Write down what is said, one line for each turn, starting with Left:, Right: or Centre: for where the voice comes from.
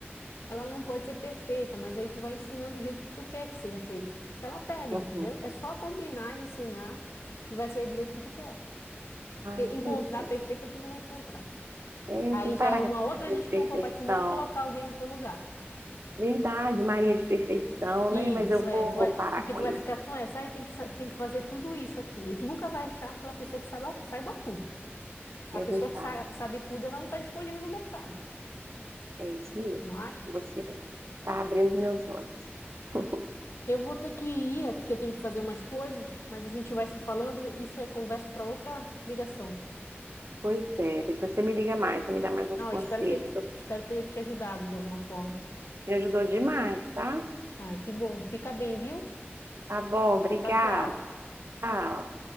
Left: ela não pode ser perfeita, mas aí tu vai ensinando do jeito que tu quer que seja feito, que ela pega,
Right: uhum.
Left: entendeu? É só combinar e ensinar que vai sair do jeito que tu quer.
Right: Ai,
Left: Porque encontrar
Right: pois é.
Left: a perfeita tu não vai encontrar.
Right: É,
Left: Aí
Right: eu tenho que
Left: já
Right: parar
Left: é uma
Right: com essa
Left: outra
Right: mania
Left: desculpa
Right: de perfeição.
Left: para te não colocar alguém no teu lugar.
Right: Verdade, Maria de perfeição,
Left: Isso,
Right: né? Mas eu
Left: é,
Right: vou
Left: tu vai,
Right: parar
Left: porque
Right: com
Left: tu
Right: isso.
Left: vai ficar com essa, aí tem que, sa- tem que fazer tudo isso aqui. E tu nunca vai achar aquela pessoa que saiba, saiba tudo. A
Right: É
Left: pessoa
Right: verdade,
Left: que sa- sabe tudo, ela não está disponível no mercado,
Right: é isso mesmo.
Left: não acha?
Right: Você está abrindo os meus olhos. <laughs>
Left: Eu vou ter que ir aqui, que eu tenho que fazer umas coisas, mas a gente vai se falando, e isso é conversa para outra ligação.
Right: Pois é, depois você me liga mais, você me dá mais uns
Left: Não,
Right: conselhos.
Left: eu espero ter, espero ter te ajudado de alguma forma.
Right: Me ajudou demais, tá?
Left: Ai, que bom. Fica bem, viu?
Right: Tá bom, obrigada.
Left: Tchau, tchau.
Right: Tchau.